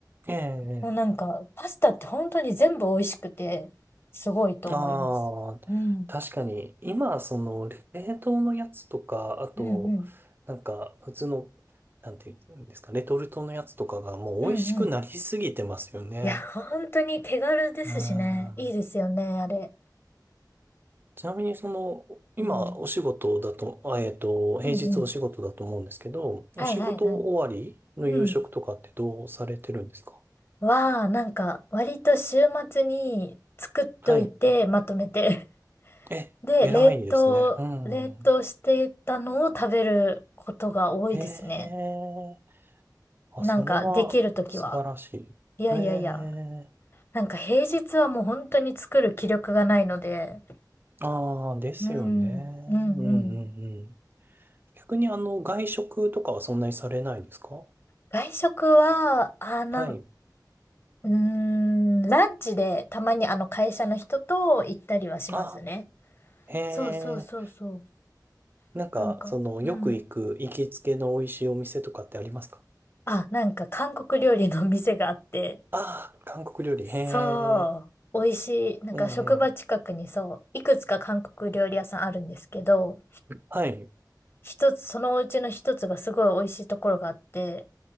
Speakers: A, on the right; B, on the left.
A: えええ
B: もうなんか、パスタって本当に全部美味しくて、すごいと思います。
A: ああ、
B: うん。
A: 確かに、今、その、冷凍のやつとか、あと、
B: うんうん。
A: なんか、普通の、なんていうんですか、レトルトのやつとかがもう美味しくなりすぎてますよね。
B: うんうん。いや、本当に手軽ですしね。
A: うん。
B: いいですよね、あれ。
A: ちなみに、その、今、
B: うん。
A: お仕事だと、あえっと、平日お仕事だと思うんですけど、
B: うんうん。はいはいは
A: お仕事終わりの夕食とかってどうされてるんですか
B: い。うん。は、なんか、割と週末に作っといて、
A: はい。
B: まとめて。<laughs>
A: え、
B: で、
A: 偉いですね。
B: 冷凍、
A: うん。
B: 冷凍してたのを食べることが多いですね。
A: ええあ、
B: なんかできるときは。
A: それは素晴らしい。
B: いやいやいや。
A: ええ
B: なんか平日はもう本当に作る気力がないので。
A: ああ、ですよね。
B: うん、うん、うん。
A: うんうんうん。逆にあの、外食とかはそんなにされないですか
B: 外食は、あ、なん、
A: はい。
B: うーん、ランチでたまにあの会社の人と行ったりはしますね。
A: ああ、へえ。
B: そうそうそうそう。
A: なんか、
B: なんか、
A: その、よく行く行きつけの美味しいお店とかってありますか
B: うん。あ、なんか韓国料理の店があって。
A: ああ、韓国料理。へえ。
B: そう。美味しい。なんか職場近くにそう、
A: ええ。
B: いくつか韓国料理屋さんあるんですけど、
A: はい。
B: 一つ、そのうちの一つがすごい美味しいところがあって、